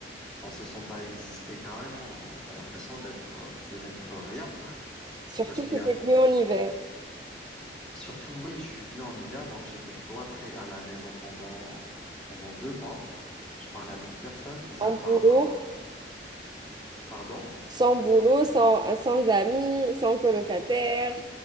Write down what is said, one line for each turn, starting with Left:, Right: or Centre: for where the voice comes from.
Centre: on se sent pas exister carrément. T'as l'impression d'être, euh, de n'être rien.
Right: Surtout
Centre: Parce qu'il
Right: si
Centre: y a,
Right: t'es venu en hiver,
Centre: surtout, oui, je suis venu en hiver, donc j'étais cloîtré à la maison pendant, pendant deux mois. Je parlais avec personne, mis à
Right: en
Centre: part.
Right: boulot
Centre: euh, Pardon?
Right: sans boulot, sans, sans amis, sans colocataire.